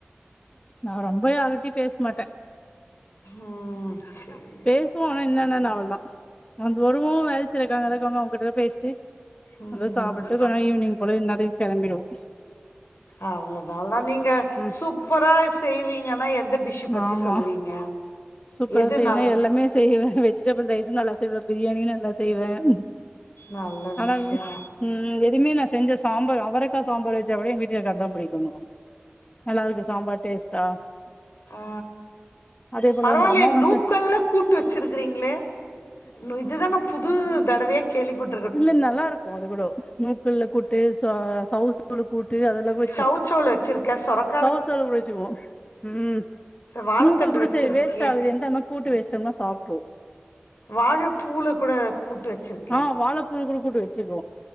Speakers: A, on the left; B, on the left.
A: நான் ரொம்ப யார்டியு பேசமாட்டேன்
B: ம் சேரி
A: பேசுவோம் ஆனா என்னன்ன என்ன அவ்ளோ தா வந்து வருவோம் வேல செய்ற அக்கா இருக்காங்க அவங்ககிட்டல்லா பேசிட்டு
B: ம்
A: நல்லா சாப்பிட்டு கொஞ்சம் ஈவினிங் போல இன்நேரத்துக்கு கிளம்பிடுோம்
B: அவ்ளோதா நீங்க
A: ம்
B: சூப்பரா செய்வீங்கனா எந்த டிஷ் பத்தி
A: ஆமா
B: சொல்லுவீங்க
A: சூப்பரா
B: எது
A: செய்யவேன்னா
B: நல்
A: எல்லாமே செய்வேன் வெஜிடபிள் ரைஸம் நல்லா செய்வேன் பிரியாணியும் நல்லா செய்வேன்
B: நல்ல
A: ஆனா
B: விஷயோ
A: ம் எதுமே நா செஞ்ச சாம்பார் அவரக்கா சாம்பார் வச்சா கூட என் வீட்டுக்காரர்க்கு அதா புடிக்குன்னுவாங்க நல்லா இருக்கு சாம்பார் டேஸ்ட்டா
B: அ
A: அதே போல
B: பரவாயில்லைய
A: இந்த அமாவாசை
B: நூக்கள்ல்ல கூட்டு வச்சிருக்கறீங்களே இதுதா நா புது தடவையா கேள்விப்பட்டு
A: இல்ல நல்லா இருக்கும் அது கூட மூக்கல்ல கூட்டு சவுசவு கூட்டு அதெல்லா கூ
B: சௌசௌ வச்சிருக்க சொரக்
A: சவ் சவ்ள குடிச்சுக்வோம் ம்
B: வாழத்தண்டு
A: நூக்கல் கூட
B: வச்சிருக்கே
A: சரி வேஸ்ட் ஆவுதேன் தா இன்ன கூட்டு வெஸ்ட்டோனா சாப்ட்ரு
B: வாழப்பூல கூட கூட்டு வச்சிரு
A: ஆ வாழப்பூல கூட கூட்டு வச்சிருக்கோ